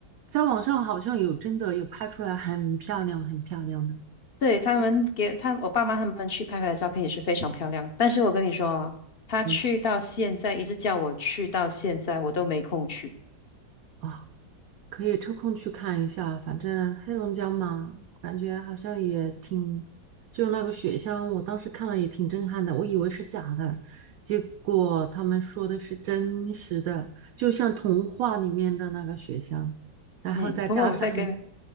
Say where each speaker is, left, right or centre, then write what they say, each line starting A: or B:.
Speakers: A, on the right; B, on the left.
A: 在网上好像有真的有拍出来，很漂亮，很漂亮的，
B: 对，他们给他我爸妈他们去拍回来的照片也是非常漂亮，
A: 真的。
B: 但是我跟你说啊，他去到现在一直叫我去到现在，
A: 嗯，
B: 我都没空去。
A: 啊、可以抽空去看一下，反正黑龙江嘛，感觉好像也挺，就是那个雪乡，我当时看了也挺震撼的，我以为是假的，结果他们说的是真实的，就像童话里面的那个雪乡，然后再加上
B: 嗯，不过我再跟，